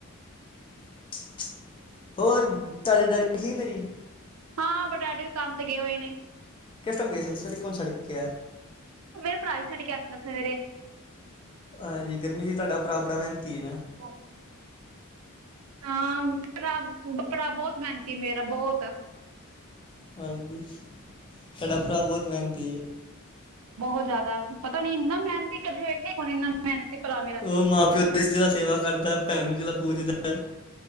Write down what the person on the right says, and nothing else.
ਹਾਂ ਬਟ ਡੈਡੀ ਵੀ ਕੰਮ ਤੇ ਗਏ ਹੋਏ ਨੇ।
ਮੇਰੇ ਭਰਾ ਹੀ ਛੱਡ ਕੇ ਆਉਂਦਾ ਸਵੇਰੇ
ਓ ਹਾਂ ਭਰਾ- ਭਰਾ ਬਹੁਤ ਮਿਹਨਤੀ ਆ ਮੇਰਾ ਬਹੁਤ।
ਬਹੁਤ ਜ਼ਿਆਦਾ ਪਤਾ ਨੀ ਇੰਨਾ ਮਿਹਨਤੀ ਕਦੇ ਵੇਖੇ ਕੋਈ ਨੀ ਇੰਨਾ ਮਿਹਨਤੀ ਭਰਾ